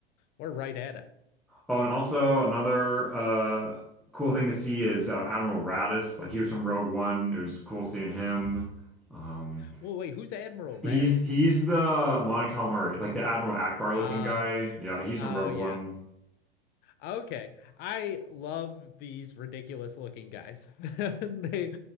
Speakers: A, on the left; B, in the centre.
A: we're right at it.
B: oh and also another uh cool thing to see is uh, admiral radis like he was from rogue one it was cool seeing him um
A: Well, wait, who's Admiral Raddus?
B: He's he's the Mon Calamari, like the Admiral Akbar
A: Ah
B: looking guy. Yeah, he's
A: oh
B: from Rogue
A: yeah.
B: One.
A: Okay. I love these ridiculous looking guys. <laughs> They